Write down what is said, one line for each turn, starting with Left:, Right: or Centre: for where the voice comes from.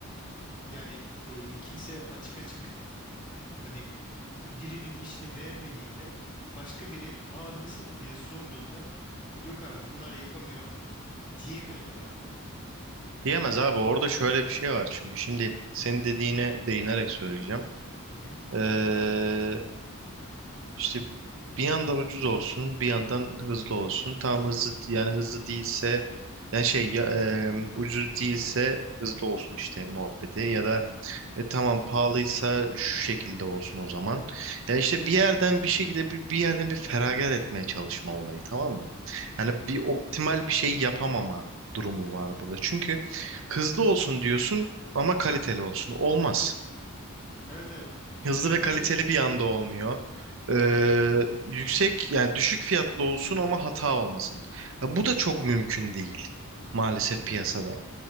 Left: Yani e, kimse açık açık hani birinin işini beğenmediğinde başka biri aa nasıldı diye sorduğunda yok abi bunlar yapamıyor diyemiyorlar abi.
Right: Diyemez abi orada şöyle bir şey var çünkü şimdi senin dediğine değinerek söyleyeceğim.
Left: Hı hı.
Right: Ee, işte bir yandan ucuz olsun bir yandan hızlı olsun. Tam hızlı yani hızlı değilse yani şey ya, e, ucuz değilse hızlı olsun işte muhabbeti ya da e tamam pahalıysa şu şekilde olsun o zaman. Ya işte bir yerden bir şekilde bir, bir yerden bir feragat etmeye çalışma olayı tamam mı? Hani bir optimal bir şey yapamama durumu var burada. Çünkü hızlı olsun diyorsun ama kaliteli olsun. Olmaz.
Left: Evet evet.
Right: Hızlı
Left: Ya
Right: ve kaliteli
Left: bununla ilgili
Right: bir anda olmuyor. Ee, yüksek yani düşük fiyatlı olsun ama hata olmasın. Ya bu da çok mümkün değil maalesef
Left: evet
Right: piyasada.
Left: evet.